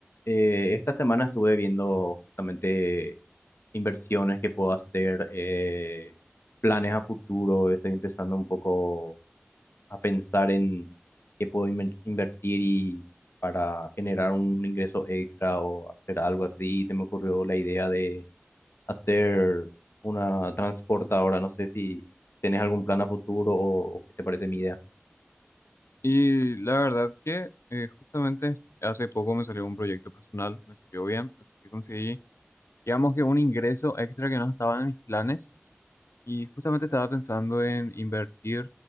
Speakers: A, on the left; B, on the left.
A: Eh, esta semana estuve viendo justamente inversiones que puedo hacer, eh, planes a futuro. Estoy empezando un poco a pensar en qué puedo inver- invertir y para generar un ingreso extra o hacer algo así. Y se me ocurrió la idea de hacer una transportadora. No sé si tienes algún plan a futuro o, o qué te parece mi idea.
B: Y la verdad que eh, justamente hace poco me salió un proyecto personal, me salió bien, así que conseguí, digamos que un ingreso extra que no estaba en mis planes. Y justamente estaba pensando en invertir